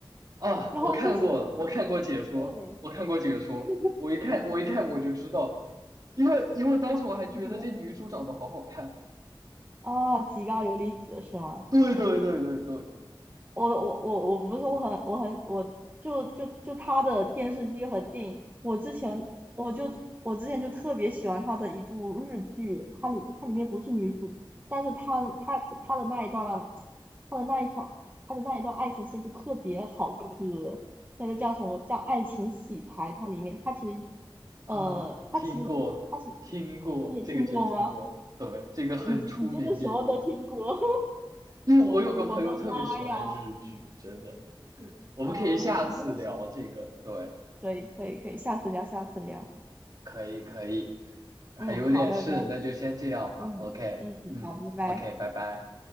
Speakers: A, on the right (about 45°); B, on the right (about 20°).
A: 啊，
B: 然后就是
A: 我看过了，我看过解说，
B: 对，
A: 我看过解说，
B: <laughs>
A: 我一看，我一看我就知道，因为因为当时我还觉得这女主长得好好看。
B: 然后哦，极高游离子是吗？
A: 对对对对对，
B: 我我我我不是我很我很我就就就他的电视剧和电影，我之前我就我之前就特别喜欢他的一部日剧，它里它里面不是女主，但是他他他的那一段，他的那一场他的那一段爱情线就特别好磕，那个叫什么叫爱情洗牌，它里面它其实
A: 啊，
B: 呃它其实它是
A: 听过听过，
B: 你也听过吗？
A: 这个真听过，对，这个很出名这部，
B: 你你真的什么都听过，
A: 因为我有个朋友特别喜欢日剧，
B: <laughs> 我的妈呀！
A: 真的，我们可以下次聊这个，
B: 啊，你真的是。
A: 对，
B: 可以可以可以，下次聊，下次聊。
A: 可以可以，还有点事，
B: 嗯，好，拜拜。
A: 那就先这样吧，OK，
B: 嗯嗯，
A: 嗯，OK，
B: 好，拜拜。
A: 拜拜。